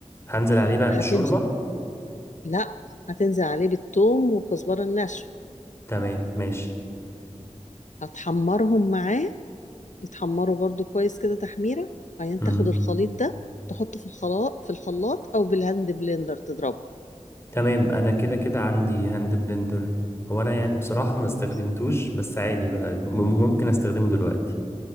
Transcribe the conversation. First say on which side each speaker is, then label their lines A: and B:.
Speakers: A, on the left; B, on the left.
A: هنزل عليه بقى بالشوربه
B: هتمشي لا هتنزل عليه بالثوم والكزبرة الناشفة
A: تمام ماشي
B: هتحمرهم معاه يتحمروا برضو كويس كده تحميرة بعدين
A: امم
B: تاخد الخليط ده تحطه في الخلاط في الخلاط او بالهاند بلندر تضربه
A: تمام انا كده كده عندي هاند بلندر هو انا يعني بصراحه ما
B: خلاص
A: استخدمتوش بس عادي بقى م- ممكن استخدمه دلوقتي